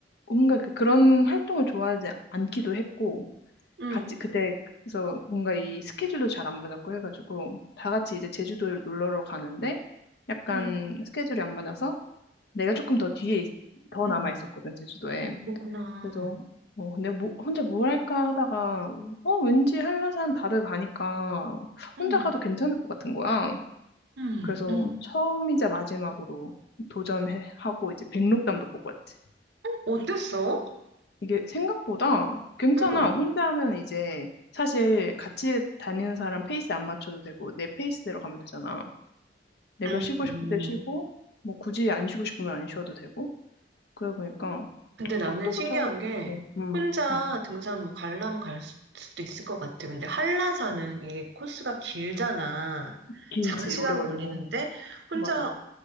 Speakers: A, on the left; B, on the right.
A: 뭔가 그- 그런 활동을 좋아하지 않기도 했고,
B: 음,
A: 같이 그때, 그래서 뭔가 이 스케줄도 잘 안 맞았고 해가지고, 다 같이 이제 제주도를 놀러 가는데, 약간
B: 음,
A: 스케줄이 안 맞아서, 내가 조금 더 뒤에, 있- 더
B: 음,
A: 남아 있었거든, 제주도에.
B: 어, 그렇구나.
A: 그래서, 어, 근데 뭐, 혼자 뭘 할까 하다가, 어, 왠지 한라산 다들 가니까,
B: 음,
A: 혼자 가도 괜찮을 것 같은 거야.
B: 음,
A: 그래서
B: 음.
A: 처음이자 마지막으로 도전하고, 이제 백록담도 보고 왔지.
B: 어땠어?
A: 이게 생각보다 괜찮아.
B: 음,
A: 혼자 하면 이제 사실 같이 다니는 사람 페이스 안 맞춰도 되고 내 페이스대로 가면 되잖아. 내가
B: 음.
A: 쉬고
B: 음.
A: 싶을 때 쉬고 뭐 굳이 안 쉬고 싶으면 안 쉬어도 되고 그러다 보니까
B: 근데 나는
A: 속도도
B: 신기한
A: 잘
B: 게,
A: 붙고 음,
B: 혼자
A: 음.
B: 등산 뭐 가려면 갈 수- 수도 있을 것 같아. 근데 한라산은 이게 코스가 길잖아.
A: 길지
B: 장시간
A: 오래 걸리고
B: 걸리는데, 혼자
A: 맞아.